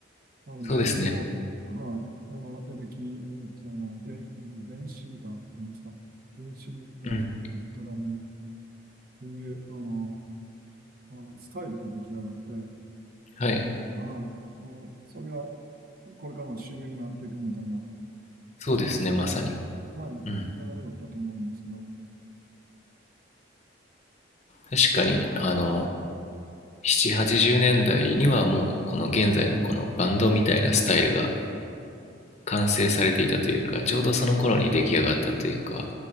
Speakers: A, on the right; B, on the left.
A: の、
B: うそうですね
A: ベースと、はい、あの、エレキ、エレキじゃない、で、電子ギターって言うんですか、電子ギターとドラムっ
B: うん
A: ていう、あの、あのスタイルが出来上がって、
B: はい
A: はい、もう、それがこれからの主流になっていくみたいな、
B: そうですねまさに
A: ちょうどその、はい、流れだったと思うんですけど、
B: うん確かにあの7、80年代にはもうこの現在のこのバンドみたいなスタイルが完成されていたというか、ちょうどその頃に出来上がったというか、